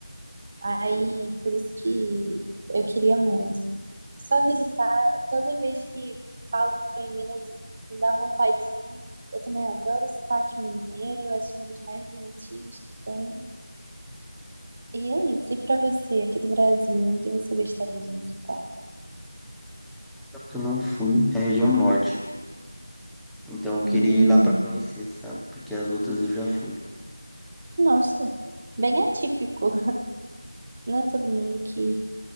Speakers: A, on the right; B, in the centre.
A: Aí, por isso que eu queria muito. Só visitar, toda vez que falam que estou em Minas, me dá vontade de ir. Eu também adoro o sotaque mineiro, acho um dos mais bonitinhos que tem. E é isso. E pra você, aqui do Brasil, onde você gostaria de visitar?
B: Só que eu não fui é a região norte. Então eu
A: Hum,
B: queria ir lá para conhecer, sabe? Porque as outras eu já fui.
A: nossa, bem atípico. Não é todo mundo que